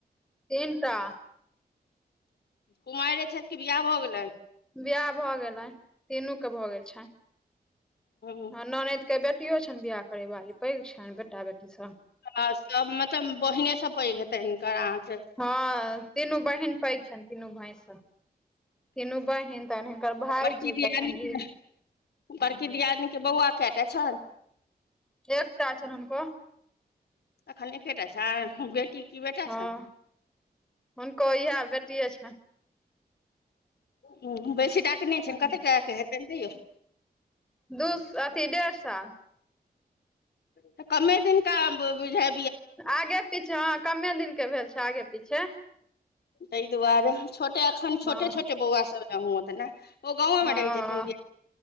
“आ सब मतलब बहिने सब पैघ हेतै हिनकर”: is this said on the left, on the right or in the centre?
Left